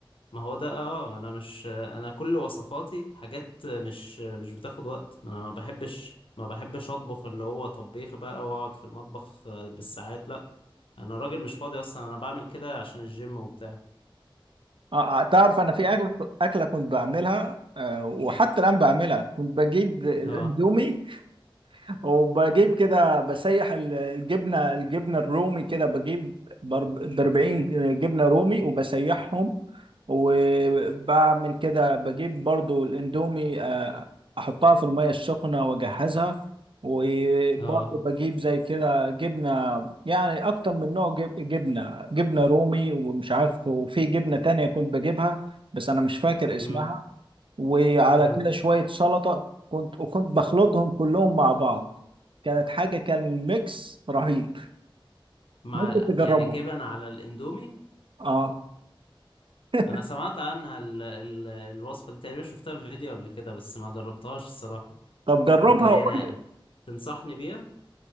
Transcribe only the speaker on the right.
آه، آه، تعرف أنا في أكلة أكلة كنت بعملها آه، وحتى الآن بعملها كنت بجيب الأندومي
وبجيب كده بسيح ال- الجبنه الجبنه الرومي كده بجيب ب 40 جبنه رومي وبسيحهم وبعمل كده بجيب برضو الاندومي آه، احطها في الميه السخنه واجهزها وبرضو
بجيب زي كده جبنه يعني اكتر من نوع جب- جبنه جبنه رومي ومش عارف وفي جبنه تانية كنت بجيبها بس انا مش فاكر اسمها
وعلى
كده شويه سلطه كنت وكنت بخلطهم كلهم مع بعض كانت حاجة كان ميكس رهيب
ممكن تجربه
اه <laughs>
طب جربها
وقول لي